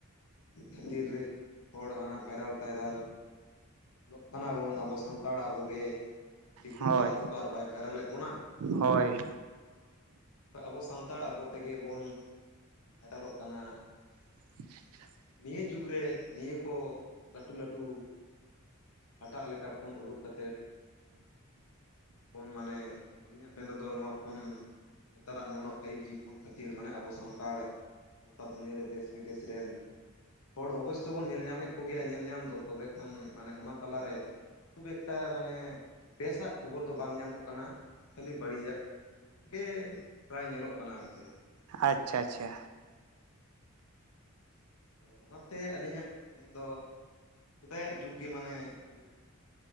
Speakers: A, on the left (about 85°); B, on the right (about 85°).
A: ᱠᱷᱟᱹᱛᱤᱨ ᱨᱮ ᱦᱚᱲ ᱦᱟᱱᱟ ᱵᱷᱟᱭᱨᱟᱞ ᱴᱟᱭᱨᱟᱞ ᱞᱚᱜ ᱠᱟᱱᱟᱵᱚᱱ ᱟᱵᱚ ᱥᱟᱱᱛᱟᱲ ᱟᱵᱚ ᱜᱮ ᱫᱤᱠᱩ
B: ᱦᱳᱭ
A: ᱛᱚ ᱟᱨ ᱟᱵᱚ ᱛᱚ ᱟᱨ ᱵᱟᱭ ᱵᱷᱟᱭᱨᱟᱞᱮᱫ ᱵᱚᱱᱟ᱾
B: ᱦᱳᱭ᱾
A: ᱛᱚ ᱟᱵᱚ ᱥᱟᱱᱛᱟᱲ ᱟᱵᱚ ᱛᱮᱜᱮ ᱵᱚᱱ ᱵᱷᱟᱭᱨᱟᱞᱚᱜ ᱠᱟᱱᱟ᱾
B: <inaudible>
A: ᱱᱤᱭᱟᱹ ᱡᱩᱜᱽ ᱨᱮ ᱱᱤᱭᱟᱹ ᱠᱚ ᱞᱟᱹᱴᱩ ᱞᱟᱹᱴᱩ ᱦᱟᱴᱟᱜ ᱞᱮᱠᱟ ᱯᱷᱳᱱ ᱩᱰᱩᱠ ᱠᱟᱛᱮᱫ ᱵᱚᱱ ᱢᱟᱱᱮ ᱟᱹᱞᱤᱧᱟᱜ ᱢᱮᱱ ᱨᱮᱫᱚ ᱱᱚᱣᱟ ᱯᱷᱳᱱ ᱱᱮᱛᱟᱨᱟᱜ ᱱᱚᱜ ᱱᱚᱣᱟ ᱯᱷᱟᱭᱤᱵᱷ ᱡᱤ ᱯᱷᱳᱱ ᱠᱷᱟᱹᱛᱤᱨ, ᱢᱟᱱᱮ ᱟᱵᱚ ᱥᱟᱱᱛᱟᱲ ᱜᱚᱴᱟ ᱫᱩᱱᱤᱭᱟᱹ ᱨᱮ ᱫᱮᱥᱼᱵᱤᱫᱮᱥ ᱨᱮᱱ ᱦᱚᱲ ᱚᱵᱚᱥᱥᱳ ᱵᱚᱱ ᱧᱮᱞ ᱧᱟᱢᱮᱫ ᱠᱚ ᱜᱮᱭᱟ ᱧᱮᱞ ᱧᱟᱢ ᱫᱚ ᱛᱚᱵᱮ ᱠᱷᱟᱱ ᱢᱟᱱᱮ ᱚᱱᱟ ᱛᱟᱞᱟᱨᱮ ᱠᱷᱩᱵ ᱮᱠᱴᱟ ᱢᱟᱱᱮ ᱵᱮᱥᱟᱜ ᱠᱷᱚᱵᱚᱨ ᱫᱚ ᱵᱟᱝ ᱧᱟᱢᱚᱜ ᱠᱟᱱᱟ ᱠᱷᱟᱹᱞᱤ ᱵᱟᱹᱲᱤᱭᱟᱜ ᱜᱮ ᱯᱨᱟᱭ ᱧᱮᱞᱚᱜ ᱠᱟᱱᱟ ᱟᱨ ᱪᱮᱫ᱾
B: ᱟᱪ ᱪᱷᱟ-ᱪᱷᱟ᱾
A: ᱦᱮᱸ, ᱚᱱᱟ ᱛᱮ ᱟᱹᱞᱤᱧᱟᱜ ᱢᱮᱱ ᱫᱚ᱾ ᱥᱮᱫᱟᱭᱟᱜ ᱡᱩᱜᱽ ᱜᱮ ᱢᱟᱱᱮ ᱟᱹᱰᱤ